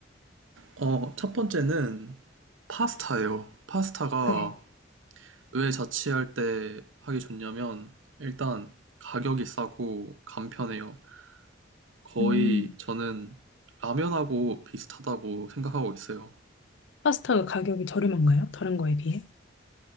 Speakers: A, on the right; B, on the left.
A: 어, 첫 번째는 파스타예요. 파스타가
B: 네.
A: 왜 자취할 때 하기 좋냐면 일단 가격이 싸고 간편해요. 거의
B: 음,
A: 저는 라면하고 비슷하다고 생각하고 있어요.
B: 파스타가 가격이 저렴한가요? 다른 거에 비해?